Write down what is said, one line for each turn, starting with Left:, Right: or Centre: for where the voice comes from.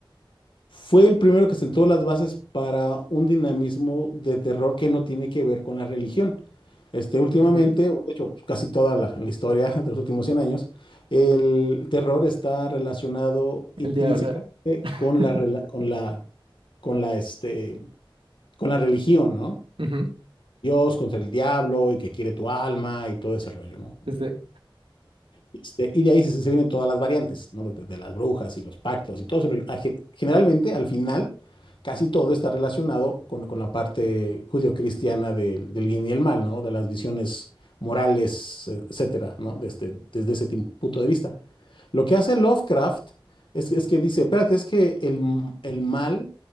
Left: Fue el primero que sentó las bases para un dinamismo de terror que no tiene que ver con la religión. Este, últimamente,
Right: Ujú,
Left: o de hecho, pues, casi toda la, la historia de los últimos 100 años, el terror está relacionado intrínsecamente
Right: El diablo. <laughs>
Left: con la, rela- con la, con la, este, con la religión, ¿no?
Right: ujú,
Left: Dios contra el diablo y que quiere tu alma y todo ese rollo, ¿no?
Right: Este.
Left: Este, y de ahí se, se vienen todas las variantes, ¿no? De, de las brujas y los pactos y todo ese rollo. Ah, ge- Generalmente, al final, casi todo está relacionado con, con la parte judio-cristiana del, del bien y el mal, ¿no? De las visiones morales, e- etcétera, ¿no? Desde, desde ese tim- punto de vista. Lo que hace Lovecraft es, es que dice, espérate, es que el, m- el mal